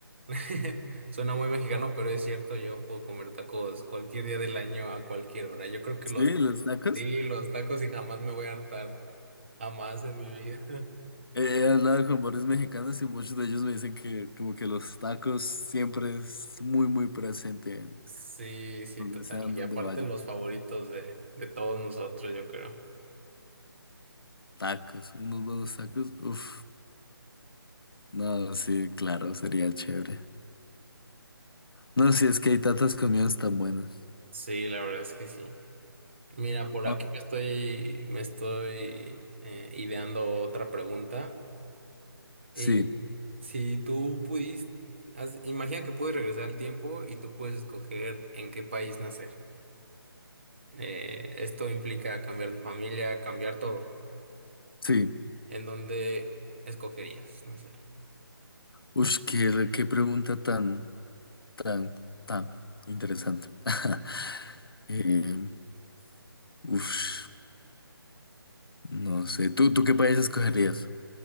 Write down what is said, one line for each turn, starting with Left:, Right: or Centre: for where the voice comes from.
Right: <laughs> Suena muy mexicano, pero es cierto, yo puedo comer tacos cualquier día del año a cualquier hora. Yo creo que
Left: Sí,
Right: los
Left: los tacos.
Right: Sí, los tacos y jamás me voy a hartar, jamás en mi vida. <laughs>
Left: He hablado con varios mexicanos y muchos de ellos me dicen que como que los tacos siempre es muy muy presente en
Right: Sí, sí,
Left: donde
Right: total.
Left: sean
Right: Y
Left: donde
Right: aparte
Left: vayan.
Right: los favoritos de, de todos nosotros, yo creo.
Left: Tacos, unos buenos tacos, uff, no, sí, claro, sería chévere. No, sí, es que hay tantas comidas tan buenas.
Right: Sí, la verdad es que sí. Mira, por
Left: Ah,
Right: aquí yo estoy, me estoy eh, ideando otra pregunta. Y
Left: Sí,
Right: si tú pudiste, imagina que puedes regresar al tiempo y tú puedes escoger en qué país nacer. Eh, esto implica cambiar de familia, cambiar todo.
Left: sí.
Right: ¿En dónde escogerías nacer?
Left: Uff, qué, qué pregunta tan, tan, tan interesante. <laughs> Eh, uf, no sé, ¿tú, tú qué país escogerías?